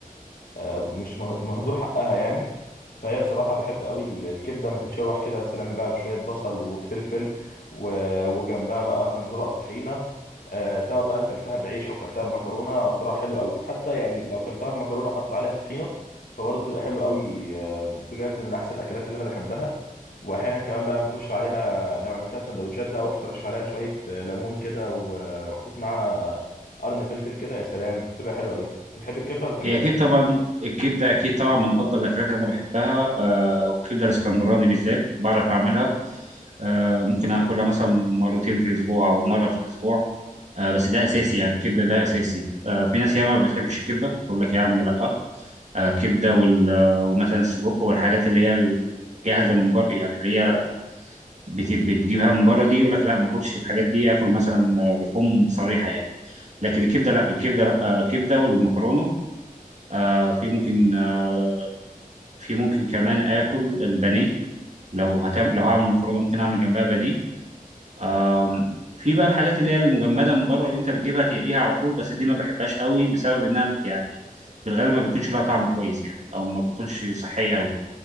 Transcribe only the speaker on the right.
هي أكيد طبعا الكبدة أكيد طبعا من أفضل الأكلات اللي أنا بحبها آه والكبدة الإسكندراني بالذات بعرف أعملها آه ممكن أكلها مثلا مرتين في الأسبوع أو مرة في الأسبوع آه بس ده أساسي يعني الكبدة ده أساسي آه في ناس ياما ما بتحبش الكبدة تقول لك يا عم لأ آه كبدة وال- آه، ومثلا السجق والحاجات اللي هي الجاهزة من بره يعني اللي هي بت- بتجيبها من بره دي يقول لك لا ما اكلش الحاجات دي اكل مثلا آه، لحوم صريحه يعني لكن الكبده لا الكبده لا آه، كبده والمكرونه آه، في ممكن آه، في ممكن كمان اكل البانيه لو هتعمل لو هعمل مكرونه ممكن اعمل جنبها بانيه آم، في بقى الحاجات اللي هي المجمده من بره اللي انت بتجيبها تقليها على طول بس دي ما بحبهاش قوي بسبب انها يعني في الغالب ما بيكونش لها طعم كويس يعني او ما بيكونش صحيه قوي